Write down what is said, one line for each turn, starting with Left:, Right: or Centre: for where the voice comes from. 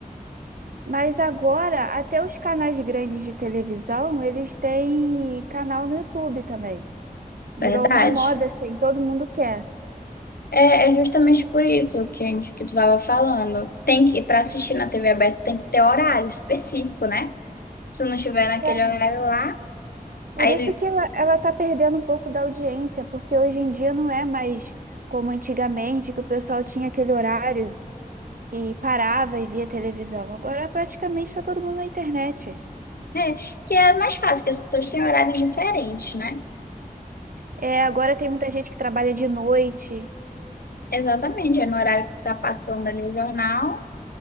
Right: Mas agora, até os canais grandes de televisão, eles têm canal no YouTube também. Virou
Left: Verdade.
Right: uma moda, assim, todo mundo quer.
Left: É, é justamente por isso que, a gente- que tu estava falando. Tem que, para assistir na TV aberta, tem que ter horário específico, né? Se não tiver naquele
Right: É,
Left: horário lá,
Right: Por
Left: aí
Right: isso que ela, ela tá perdendo um pouco da audiência, porque hoje em dia não é mais como antigamente, que o pessoal tinha aquele horário e parava e via televisão. Agora praticamente está todo mundo na internet.
Left: é, que é mais fácil, que as pessoas têm horários diferentes, né?
Right: É, agora tem muita gente que trabalha de noite.
Left: Exatamente, é no horário que tá passando ali o jornal,